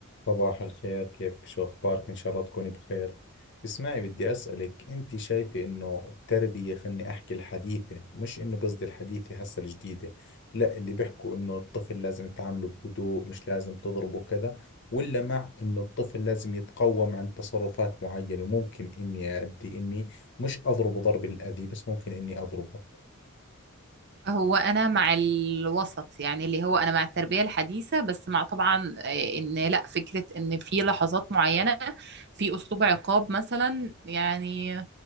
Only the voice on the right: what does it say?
هو انا مع الوسط يعني اللي هو انا مع التربيه الحديثه بس مع طبعا آه، ان لا فكره ان في لحظات معينه في اسلوب عقاب مثلا يعني